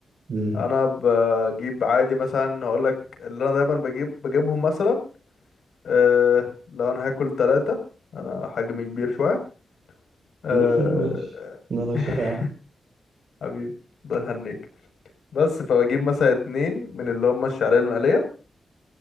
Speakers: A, on the right; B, on the left.
A: مم.
B: انا بجيب عادي مثلا اقول لك اللي انا دايما بجيب بجيبهم مثلا أه لو انا هاكل ثلاثة انا حجمي كبير شوية أه
A: <laughs> ماشي انا لو الشفا
B: <laughs>
A: يا عم
B: حبيبي ده هنيك بس فبجيب مثلا اتنين من اللي هم الشعرية المقلية